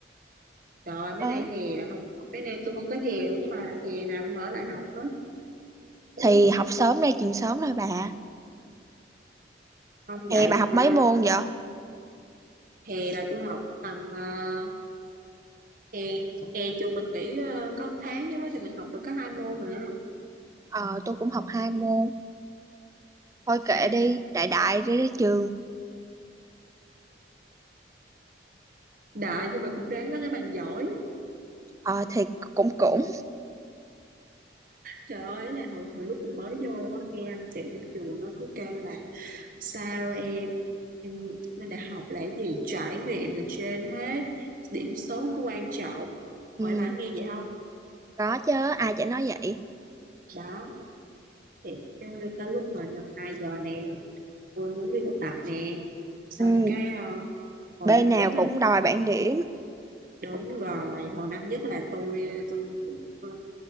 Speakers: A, on the right; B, on the right.
A: Trời ơi,
B: Đó.
A: mấy nay hè là không mấy nay tôi không có hè luôn các bà hè nào cũng ở lại học á Ủa
B: Thì học sớm đây trường sớm thôi bà.
A: không
B: Thì
A: dạy
B: bà
A: đi
B: học
A: ha
B: mấy môn vậy?
A: hè là tôi học tầm uh, hè hè trường mình nghỉ ờ, có một tháng chứ đó thì mình học được có hai môn mà
B: Ờ, tôi cũng học hai môn. Thôi kệ
A: mình
B: đi, đại đại đi đến trường.
A: đại nhưng mà cũng ráng có cái bằng giỏi
B: Ờ, thì cũng cũng.
A: trời ơi là hồi hồi lúc mình mới vô á, nghe anh chị trong trường nó cứ kêu là sao em em lên đại học là cái gì trải nghiệm là trên hết điểm số không có quan trọng
B: Ừ,
A: hỏi bạn nghe vậy không
B: có chứ, ai chả nói vậy.
A: đó thì cái- tới lúc mà năm hai giờ nè tôi muốn đi thực tập nè xong
B: Ừ,
A: cái ờ, hồi
B: bên
A: năm
B: nào
A: nhất
B: cũng
A: á,
B: đòi bảng điểm.
A: Đúng rồi, hồi năm nhất là tôi tôi cũng ờ,